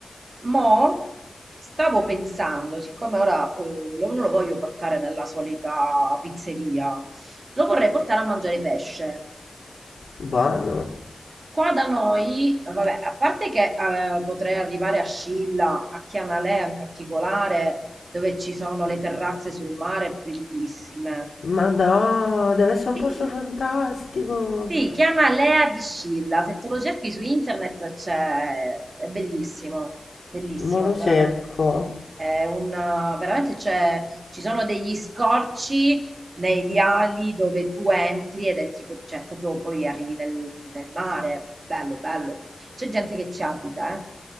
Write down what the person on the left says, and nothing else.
Buono.
Ma no, deve essere un
posto fantastico.
Mo lo cerco.